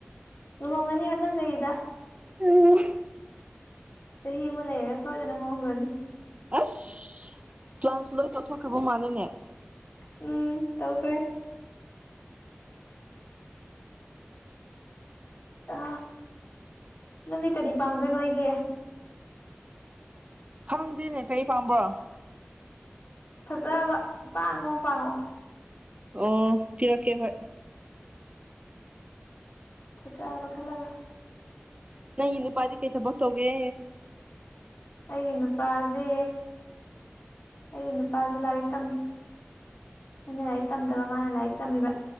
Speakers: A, on the left; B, on the right.
A: ꯂꯨꯍꯣꯡꯉꯅꯤ ꯃꯊꯪ ꯆꯍꯤꯗ
B: ꯎꯝ
A: ꯆꯍꯤ ꯑꯃ ꯂꯩꯔꯒ ꯁꯣꯏꯗꯅ ꯍꯣꯡꯈ꯭ꯔꯅꯤ꯫
B: ꯑꯁ ꯄ꯭ꯂꯥꯟꯁꯨ ꯂꯣꯏ ꯇꯣꯠꯊꯣꯛꯈ꯭ꯔꯕ ꯃꯥꯟꯂꯦꯅꯦ꯫
A: ꯎꯝ ꯇꯧꯈ꯭ꯔꯦ꯫ ꯑ ꯅꯪꯗꯤ ꯀꯔꯤ ꯄꯥꯡꯗꯣꯏꯅꯣ ꯑꯩꯒꯤ꯫
B: ꯈꯪꯗꯦꯅꯦ ꯀꯔꯤ ꯄꯥꯝꯕ꯭ꯔꯣ꯫
A: ꯐꯖꯕ ꯑꯇꯥꯡꯕ ꯑꯃ ꯄꯥꯡꯉꯣ
B: ꯑꯣ ꯄꯤꯔꯛꯀꯦ ꯍꯣꯏ
A: ꯐꯖꯕ ꯈꯜꯂꯒ
B: ꯅꯪꯒꯤ ꯅꯨꯨꯄꯥꯗꯤ ꯀꯩ ꯊꯕꯛ ꯇꯧꯒꯦ꯫
A: ꯑꯩꯒꯤ ꯅꯨꯄꯥꯁꯦ ꯑꯩꯒꯤ ꯅꯨꯄꯥꯁꯦ ꯂꯥꯏꯔꯤꯛ ꯇꯝꯃꯤ꯫ ꯑꯩꯅ ꯂꯥꯏꯔꯤꯛ ꯇꯝꯗꯕ ꯃꯥꯅ ꯂꯥꯏꯔꯤꯛ ꯇꯝꯃꯤꯕ꯫